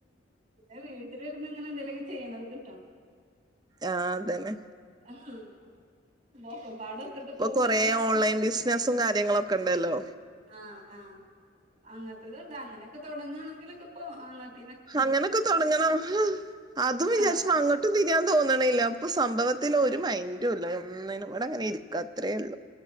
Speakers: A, on the right (about 50°); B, on the right (about 20°).
A: പിന്നെ വീട്ടില ഇരുുന്ന ഇങ്ങനെ എന്തെലൊക്കെ ചെയ്യണ ന്ന്
B: ആഹ അതന്നെ
A: ഹം <unintelligible> പാട ഒത്തിട്ട്
B: ഇപ്പൊ
A: പോക്കുന്നടക്കും
B: കൊറേ ഓൺലൈൻ
A: ഇല്ല
B: ബിസിനസും കാര്യങ്ങളൊക്കെ ഉണ്ടല്ലോ
A: ആഹ ആഹ അങ്ങനത്തത് ഉണ്ട് അങ്ങനെയൊക്കെ തുടങ്ങുകവാണെങ്കിലൊക്കെ പോ അങ്ങത്തെ
B: അങ്ങനൊക്കെ തുൊടങ്ങണം അതും വിചാരിച്ച
A: ആഹ്
B: അങ്ങോട്ടും തിരിയാൻ തോന്നണില്ല ഇപ്പൊ സംഭവത്തിൽ ഒരു മൈൻറുംല്ല ഒന്നിനും ഇവ്ടെ അങ്ങനെ ഇരിക്കാത്രേ ഉള്ളൂ